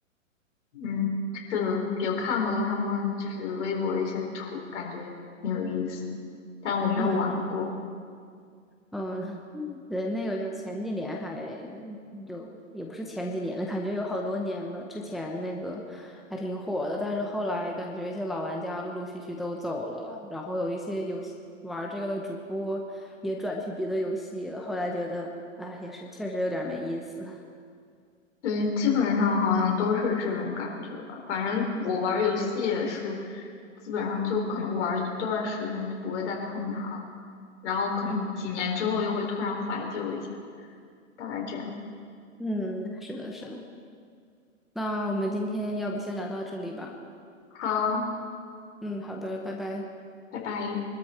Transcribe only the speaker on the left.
嗯，是的有看过他们就是微博一些图，感觉挺有意思，但我没有玩过。
对，基本上好像都是这种感觉吧。反正我玩游戏也是，基本上就可能玩一段时间就不会再碰它了，然后可能几年之后又会突然怀旧一下，
大概这样。
好，
拜拜。